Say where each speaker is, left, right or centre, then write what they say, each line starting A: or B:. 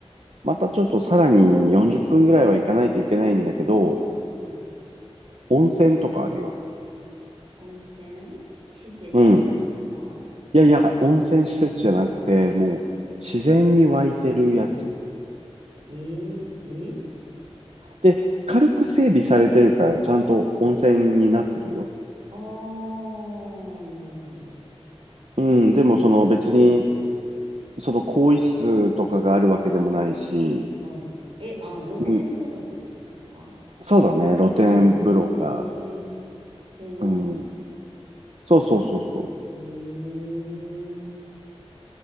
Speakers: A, on the right (about 75°); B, on the right (about 55°).
A: またちょっとさらに40分ぐらいは行かないといけないんだけど、
B: うん。
A: 温泉とかあるよ。
B: 温泉施設か。
A: うん。いやいや、温泉施設じゃなくて、もう自然に湧いてるやつ。
B: えええ
A: で、軽く整備されてるから、ちゃんと温泉になってるよ。
B: ああー、なるほど。
A: うん、でもその別に
B: え室内
A: その更衣室とかがあるわけでもないし、
B: はい。え、あ、露天風呂ってことですか
A: うん、そうだね、露天風呂が、
B: ええ天然の
A: うん、そうそうそうそう、
B: ええ